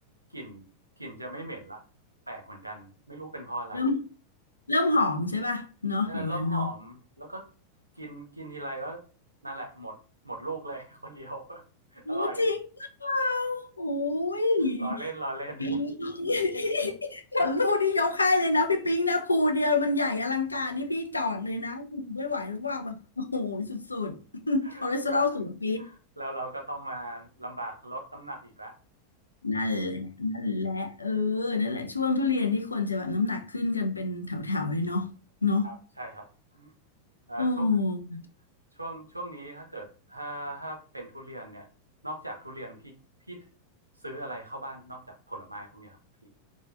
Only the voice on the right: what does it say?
กลิ่นกลิ่นจะไม่เหม็นละแปลกเหมือนกันไม่รู้เป็นเพราะอะไร
เออเริ่มหอมแล้วก็กินกินทีไรก็นั่นแหละหมดหมดลูกเลย <laughs> คนเดียว <laughs>
อร่อย
ล้อเล่นล้อเล่น
<laughs> และแล้วเราก็ต้องมาลำบากลดน้ำหนักอีกแล้ว
ครับใช่ครับเอ่อช่วง
ช่วงช่วงนี้ถ้าเกิดถ้าถ้าเป็นทุเรียนเนี่ยนอกจากทุเรียนพี่พี่ซื้ออะไรเข้าบ้านนอกจากผลไม้พวกเนี้ยครับพี่